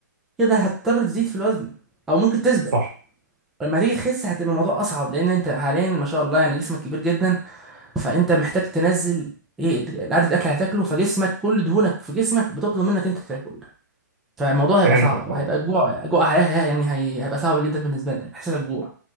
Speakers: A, in the centre; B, on the right (about 85°).
A: كده هتضطر تزيد في الوزن او ممكن تثبت
B: صح
A: لما تيجي تخس هتبقى الموضوع اصعب لان انت حاليا ما شاء الله يعني جسمك كبير جدا فانت محتاج تنزل ايه ال- عدد الاكل اللي هتاكله فجسمك كل دهونك في جسمك بتطلب منك انت تاكل فالموضوع هيبقى
B: فهمتك
A: صعب
B: اه
A: هيبقى الجوع جوع هي- يعني هي- هيبقى صعب جدا بالنسبه لك احساس الجوع